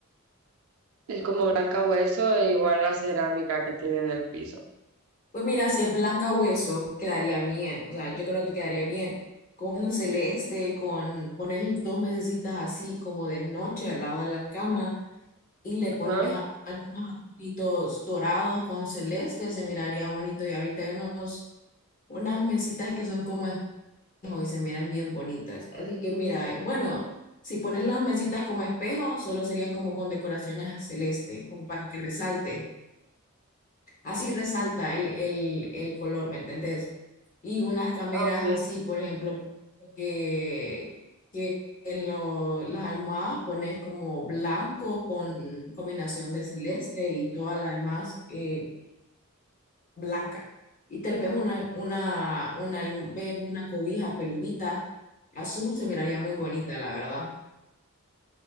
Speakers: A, on the right; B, on the left.
A: es como blanca hueso, e igual la cerámica que tiene en el piso.
B: Pues mira, si es blanca hueso, quedaría bien. O sea, yo creo que quedaría bien. Con un celeste, con poner dos mesecitas así como de noche al lado de la cama y le
A: Ajá.
B: pones a- algunos adornitos dorados con celeste, se miraría bonito. Y ahorita hay unos, unas mesitas que son como espejo y se miran bien bonitas. Así que mira, eh, bueno, si pones las mesitas como espejo, solo serían como con decoraciones celeste, como para que resalte. Así resalta el, el, el color, ¿me entendés? Y unas cameras
A: Ah, ok.
B: así, por ejemplo, que, que en lo- las almohadas pones como blanco con combinación de celeste y toda la demás eh, blanca. Y tal vez una, una, una, alm- ve una cobija peludita azul se miraría muy bonita, la verdad.